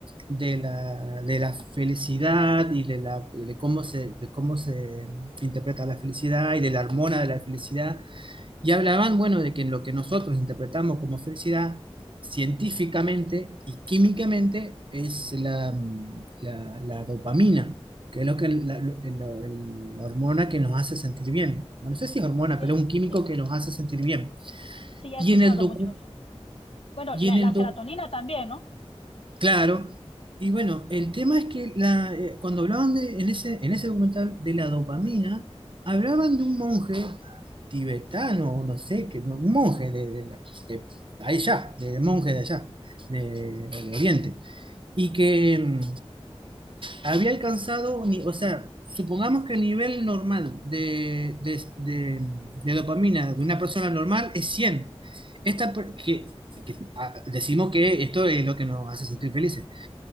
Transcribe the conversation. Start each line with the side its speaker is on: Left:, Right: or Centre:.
Right: de la, de la felicidad y de, la, de cómo se, de cómo se interpreta la felicidad y de la hormona de la felicidad, y hablaban, bueno, de que en lo que nosotros interpretamos como felicidad, científicamente y químicamente, es la, la, la dopamina, que es lo que la, lo- la hormona que nos hace sentir bien. Bueno, no sé si es hormona,
Left: Sí,
Right: pero es un químico
Left: sí,
Right: que nos hace sentir bien.
Left: sí, ya
Right: Y
Left: he escuchado
Right: en el docu,
Left: mucho eso. Bueno,
Right: y
Left: la,
Right: en el
Left: la serotonina
Right: doc-
Left: también, ¿no?
Right: Claro. Y bueno, el tema es que la, eh, cuando hablaban de, en ese, en ese documental de la dopamina, hablaban de un monje tibetano, o no sé, que, no, un monje de, de, la- de allá, de, de monje de allá, de, o
Left: Sí.
Right: de Oriente, y que mm, había alcanzado, ni- o sea, supongamos que el nivel normal de, de, de- de dopamina de una persona normal es cien Esta, per- que, que, ah, decimos que esto es lo que nos hace sentir felices.